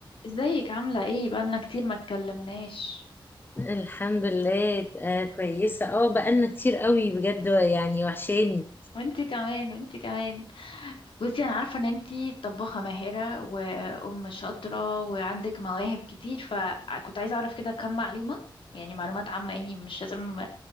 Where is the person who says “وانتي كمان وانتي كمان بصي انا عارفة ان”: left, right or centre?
Left